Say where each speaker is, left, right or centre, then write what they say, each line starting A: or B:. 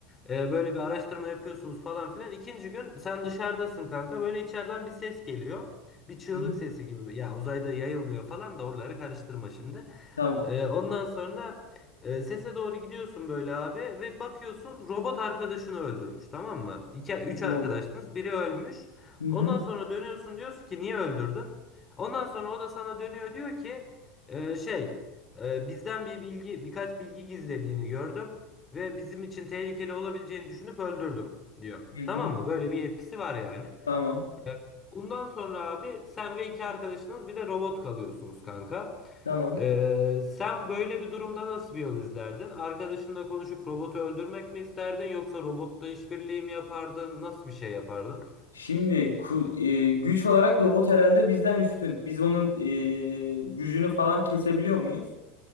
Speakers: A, on the left; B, on the left.
A: e, böyle bir araştırma yapıyorsunuz falan filan. İkinci gün sen dışarıdasın kanka. Böyle içeriden bir ses geliyor. Bir çığlık
B: Hı hı.
A: sesi gibi. Ya uzayda yayılmıyor falan da oraları karıştırma şimdi.
B: Tamam.
A: Ee, ondan sonra e, sese doğru gidiyorsun böyle abi ve bakıyorsun robot arkadaşını öldürmüş tamam mı? İki, üç
B: Oo.
A: arkadaştınız biri ölmüş.
B: Hı hı.
A: Ondan sonra dönüyorsun diyorsun ki niye öldürdün? Ondan sonra o da sana dönüyor diyor ki e, şey e, bizden bir bilgi birkaç bilgi gizlediğini gördüm ve bizim için tehlikeli olabileceğini düşünüp öldürdüm diyor.
B: Hı hı.
A: Tamam mı? Böyle bir etkisi var yani.
B: Tamam.
A: Evet. Bundan sonra abi sen ve iki arkadaşınız bir de robot kalıyorsunuz kanka.
B: Tamam.
A: Ee, sen böyle bir durumda nasıl bir yol izlerdin? Arkadaşınla konuşup robotu öldürmek mi isterdin yoksa robotla işbirliği mi yapardın? Nasıl bir şey yapardın?
B: Şimdi ku- e, güç olarak robot herhalde bizden üstün. Biz onun e, gücünü falan kesebiliyor muyuz?